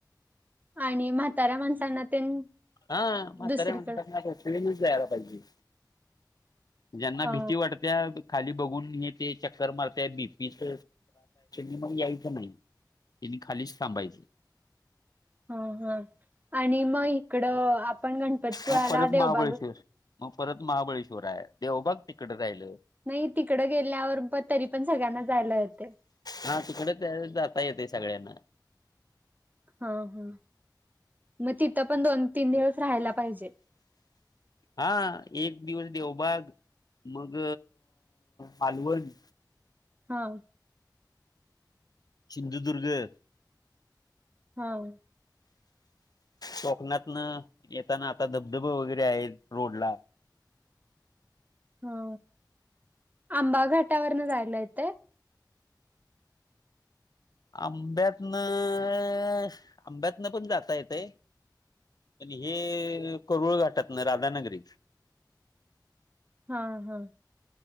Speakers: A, on the right; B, on the left.
A: आणि म्हाताऱ्या माणसांना तेन
B: हा म्हाताऱ्या
A: दुसरीकडं
B: माणसांना रोपवेनच जायला पाहिजे. ज्यांना
A: हा
B: भीती वाटत त्या खाली बघून हे ते चक्कर मारते बीपीच <unintelligible> मग यायचं नाही. तेनी खालीच थांबायचं.
A: हा हा आणि मग इकडं आपण गणपतीपुळ्याला
B: मग परत
A: देवबाग
B: महाबळेश्वर मग परत महाबळेश्वर आहे, देवबाग तिकडे राहिलं.
A: नाही तिकडं गेल्यावर प तरी पण सगळ्यांना जायला येतंय.
B: हा तिकडे ते जाता येतंय सगळ्यांना.
A: हा हा मग तिथं पण दोन तीन दिवस राहायला पाहिजे.
B: हा एक दिवस देवबाग, मग मालवण.
A: हा.
B: सिंधुदुर्ग.
A: हा.
B: कोकणातन येताना आता धबधब वगैरे आहे रोड ला.
A: हा. आंबा घाटावरनं जायला येतंय.
B: आंब्यातनं अ आंब्यातनं पण जाता येतंय. आणि हे कुरुळ घाटातनं राधानगरी
A: हा हा.